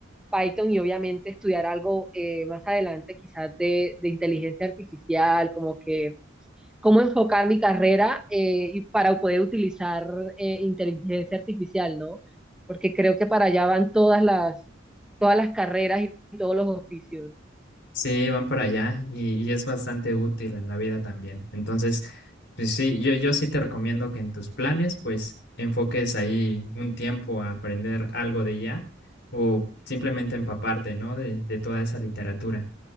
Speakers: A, in the centre; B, on the left.
A: Python y obviamente estudiar algo eh, más adelante, quizás de, de inteligencia artificial, como que cómo enfocar mi carrera eh, y para poder utilizar eh, inteligencia artificial, ¿no? Porque creo que para allá van todas las, todas las carreras y todos los oficios.
B: Sí, van para allá y, y es bastante útil en la vida también. Entonces, pues sí, yo, yo sí te recomiendo que en tus planes, pues enfoques ahí un tiempo a aprender algo de ya o simplemente empaparte, ¿no? De, de toda esa literatura.